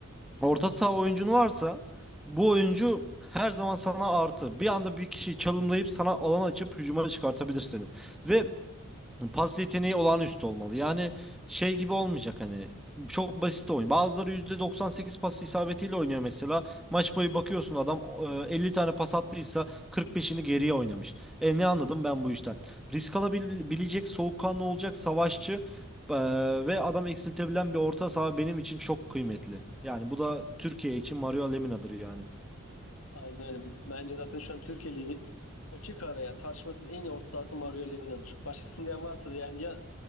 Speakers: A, in the centre; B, on the left.
A: Orta saha oyuncun varsa bu oyuncu her zaman sana artı. Bir anda bir kişiyi çalımlayıp sana alan açıp hücuma çıkartabilir seni. Ve Pas yeteneği olağanüstü olmalı. Yani şey gibi olmayacak hani çok basit oyun. Bazıları %98 pas isabetiyle oynuyor mesela. Maç boyu bakıyorsun adam e, 50 tane pas attıysa kırk beşini geriye oynamış. E ne anladım ben bu işten? Risk alabilecek, soğukkanlı olacak, savaşçı e, ve adam eksiltebilen bir orta saha benim için çok kıymetli. Yani bu da Türkiye için Mario Lemina'dır yani.
B: Aynen öyle. Bence zaten şu an Türkiye Ligi'nin açık ara yani tartışmasız en iyi orta sahası Mario Lemina'dır. Başkasını diyen varsa da yani ya